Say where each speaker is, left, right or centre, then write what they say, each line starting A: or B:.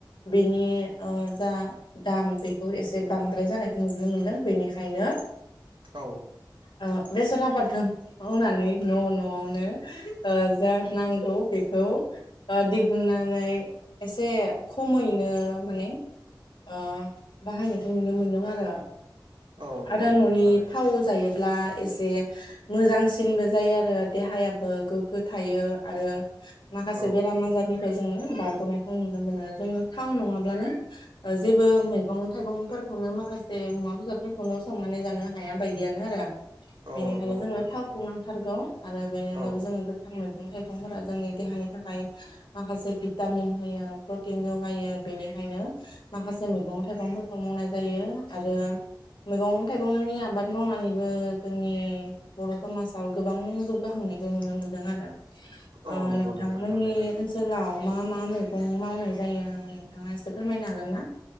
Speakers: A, on the left; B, on the right.
A: बेनि ओ जा दाम बेखौ एसे बांद्राय जानायखौ नुनो मोनदों बेनिखायनो।
B: औ।
A: अ बेसर आबादखौ मावनानै न' न'आवनो ओ जा नांगौ बेखौ ओ दिहुननानै एसे खमैनो माने ओ बाहायनायखौ नुनो मोनदों आरो।
B: औ नंगौ
A: आरो
B: नोंथां
A: न'नि
B: थारैनो
A: थाव जायोब्ला एसे मोजांसिनबो जायो आरो देहायाबो गोग्गो थायो आरो माखासे
B: औ
A: बेराम आजारनिफ्राय जोङो बारग'नायखौ नुनो मोनो जोङो थाव नङाब्लानो जेबो मैगं थाइगंफोरखौनो माखासे मुवा बेसाद खौल' संनानै जानो हाया बायदियानो आरो
B: औ
A: बेनिखायनो
B: नंगौ नोंथां
A: जोंनो थावखौ
B: थारैनो
A: नांथारगौ आरो बेनि अनगाबो
B: औ
A: जोङो मैगं थाइगंफोरा जोंनि देहानि थाखाय माखासे भिटामिन होयो प्रटिन जगायो बेनिखायनो माखासे मैगं थाइगंफोरखौ मावनाय जायो आरो मैगं थाइगंनि आबाद मावनानैबो जोंनि बर' समाजाव गोबां जौगाहांनायखौ नुनो मोनदों आरो।
B: औ
A: ओ
B: नंगौ
A: नोंथांमोननि
B: नोंथां थारैनो
A: ओन सोलाव मा मा मैगं मावनाय जायो नोंथाङा एसे फोरमायनो हागोन ना?